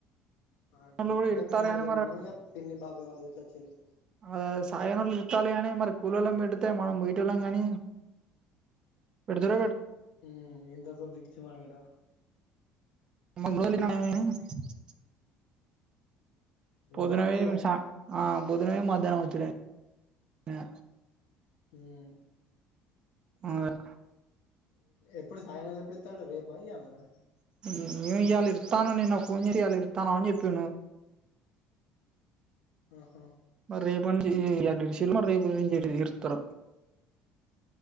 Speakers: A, on the left; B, on the right.
A: ఆ
B: వాళ్ళు
A: కూల్
B: కూడా
A: అంటే
B: ఇరుత్తాలు
A: మేము నలుగురు
B: గాని
A: ఉన్నాము ఇక పిన్ని బాబే వాళ్ళ గిట్ల వాచిల్లు
B: అదే అదే సాయగానోళ్ళు ఉరకలి కానీ మరి కూలోలను పెడితే మనం పోయేటోలం గానీ పెడుతుర
A: ఉమ్ ఎంతోకొంత ఇచ్చి పనుకుంటావ
B: <unintelligible> పొదునవే
A: ఎంతో అంత
B: ఏమి
A: ఇక
B: సా ఆ పొద్దునా పోయ్ మధ్యాహ్నం వచ్చుడే ఇగ
A: ఉమ్
B: ఆర్
A: ఎప్పుడు సాయంకాలం ఎప్పుడు ఇస్తాడట రేపా ఇయ్యాలనా
B: ఎమ్ ఇయ్యాల ఇత్తాను నేను ఫోన్ జేతి ఇయాలన ఇత్తండ అని చెపిండు
A: ఆహా
B: మరి రేపుంజ ఎర్ ఇడిసి మరి రేపు ఇరుత్తరో